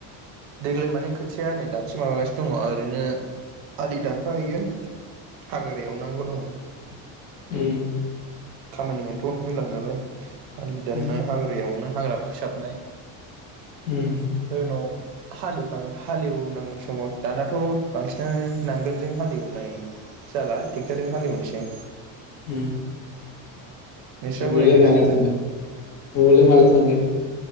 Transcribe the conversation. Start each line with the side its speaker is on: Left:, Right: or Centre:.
Right: देग्लाय माने खोथिया नै दासो माबागासिनो दंङ ओरैनो आलि दानफाहैयो हाग्रा एवनांगौ दं
Left: उम
Right: खामानियानथ मेरला नालाय आलि दाननाय
Left: उम
Right: हाग्रायावना हाग्रा फोसाबनाय
Left: उम
Right: ओमफ्राय उनाव <unintelligible> हालेवनांगौ समाव दानाथ बांसिनानो नांगोलजों हालेवनाय जाला ट्रेक्टरजों हालेवनोसै
Left: उम
Right: नोंस्राबो
Left: नोंआवलाय
Right: गायगोन
Left: माला
Right: ना देग्लाय
Left: थांगोन नआवलाय माला थांगोन।